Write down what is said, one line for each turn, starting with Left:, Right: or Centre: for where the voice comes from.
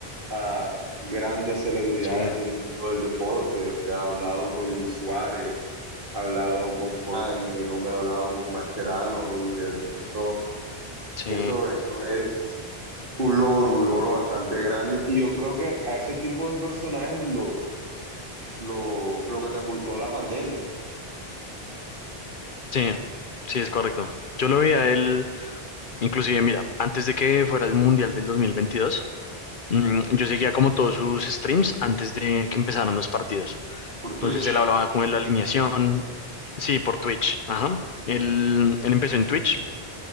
Right: a grandes celebridades
Left: Sí,
Right: del mundo del deporte, o sea, ha hablado con Luis Suárez, ha hablado con Forlán, el hombre ha hablado con Mascherano y el- eso,
Left: sí,
Right: eso, eso es un logro, un logro bastante grande y yo creo que a ese tipo de personajes lo, lo, lo catapultó la pandemia
Left: sí, sí, es correcto. Yo lo veía a él, inclusive, mira, antes de que fuera el Mundial del 2022, mm, yo seguía como todos sus streams antes de que empezaran los partidos.
Right: por
Left: Entonces
Right: Twitch.
Left: él hablaba como de la alineación, sí, por Twitch, ajá. Él, él empezó en Twitch,